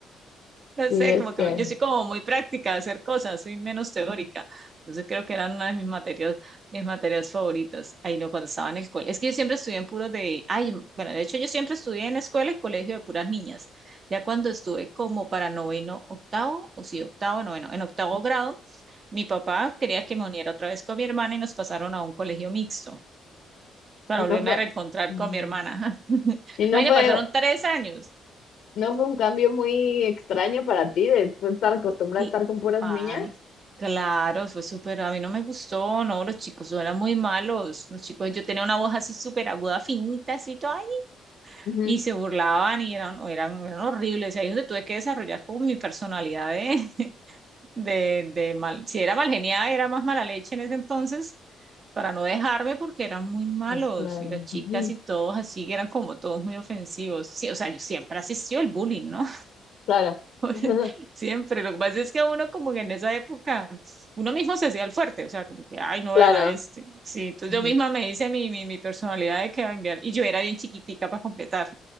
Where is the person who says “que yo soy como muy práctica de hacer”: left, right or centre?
Right